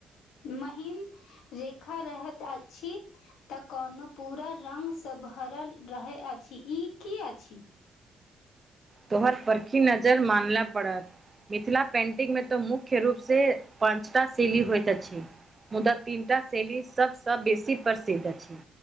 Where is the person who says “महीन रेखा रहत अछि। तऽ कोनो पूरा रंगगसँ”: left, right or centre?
Left